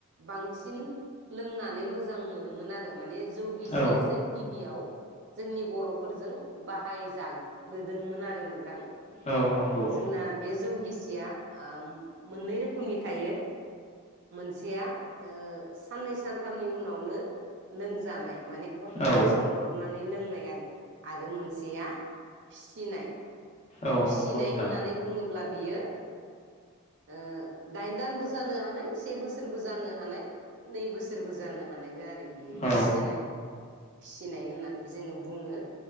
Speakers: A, on the right; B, on the left.
A: बांसिन लोंनानै मोजां मोनोमोन आरो माने जौ गिसियासो
B: औ
A: गिबियाव जोंनि बर'फोरजों बाहायजाग्रोदोंमोन आरो नों थां
B: औ नंगौ
A: जोंना बे जौ गिसि या ओ मोननै रोखोमनि थायो मोनसेया ओ साननै सानथामनि उनाव नो लोंजानाय माने हरखाबै
B: औ
A: सब्रबनानै लोंनाय आरो मोनसेया फिसिनाय
B: औ
A: फिसिनाय
B: नंगौ नोंथां
A: होननानै बुङोब्ला। बियो ओ दाइन दानबो जानो हानाय से बोसोरबो जानो हानाय नै बोसोरबो जानो हानाय बे आरो बेयो
B: औ
A: फिसिनाय फिसिनाय होननानै जोङो बुङो